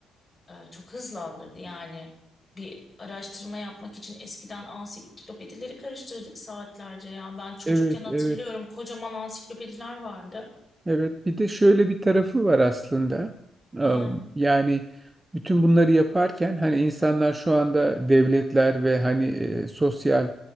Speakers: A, on the left; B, on the right.
A: e, çok hızlandırdı. Yani bir araştırma yapmak için eskiden ansiklopedileri karıştırdık saatlerce ya. Ben çocukken
B: Evet,
A: hatırlıyorum
B: evet.
A: kocaman ansiklopediler vardı.
B: Evet, bir de şöyle bir tarafı var aslında.
A: Aha,
B: Ee, Yani bütün bunları yaparken hani insanlar şu anda devletler ve hani e, sosyal